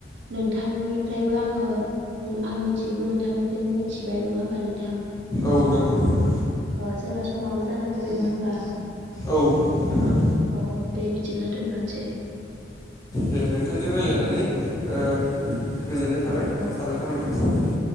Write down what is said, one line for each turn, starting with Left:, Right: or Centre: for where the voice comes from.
Right: नोंथांनिफ्रायबो आङो आं मिथियैखौ नोंथांनिफ्रायबो मिथिबाय नङा होमबा नोंथां
Left: औ नंगौ नोंथां
Right: अ जोंना समाबो जाना फैबाय नङा होमबा
Left: औ नोंथां
Right: औ दे बिदिब्ला दोनथ'सै
Left: दे नोंथांजों रायज्लायनानै ओ गोजोननाय थाबाय
Right: औ
Left: साबायखर नोंथांसै